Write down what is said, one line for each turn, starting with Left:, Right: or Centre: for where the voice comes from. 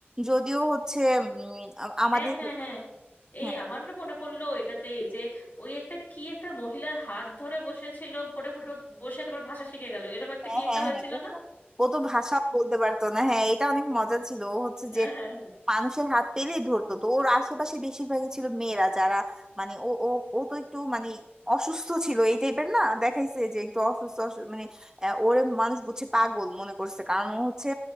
Right: যদিও হচ্ছে উম, আ- আমাদের
Left: হ্যাঁ হ্যাঁ হ্যাঁ এই
Right: হ্যাঁ
Left: আমার না মনে পড়লো এটাতে এই যে ওই একটা কি একটা মহিলার হাত ধরে বসেছিল ভরে পুরো বসে তারপর ভাষা শিখে গেল এরকম একটা
Right: হ্যাঁ
Left: কি একটা
Right: হ্যাঁ
Left: হয়েছিল
Right: হ্যাঁ ও
Left: না
Right: তো ও তো ভাষাও বলতে পারতো না হ্যাঁ এটা অনেক মজা ছিল ও হচ্ছে
Left: হ্যাঁ
Right: যে
Left: হ্যাঁ
Right: মানুষের হাত পেলেই ধরতো তো ওর আশেপাশে বেশিরভাগই ছিল মেয়েরা যারা মানে ও ও ও তো একটু মানে অসুস্থ ছিল এই টাইপের না দেখাইছে যে একটু অসুস্থ অসু- মানে আহ, ওরে মানুষ বুঝছে পাগল মনে করছে কারণ ও হচ্ছে